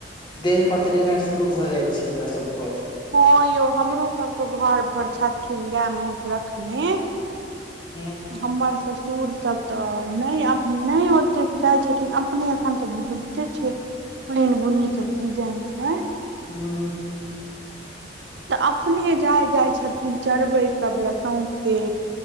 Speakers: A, on the left; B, on the right.
A: देह पतरेनाई शुरू भऽ जाउ छै ओकरा सबक
B: हँ यौ हमरो सबके घर पर छथिन गाय महींष रखने
A: हूं
B: हमर ससुर सब तऽ नहि नहि ओतेक चाहे छथिन अपने एखन तऽ छै पैन बुनी क सीजन छै
A: हू
B: तऽ अपने जाय जाइ छथिन चरबै सब लए सौसे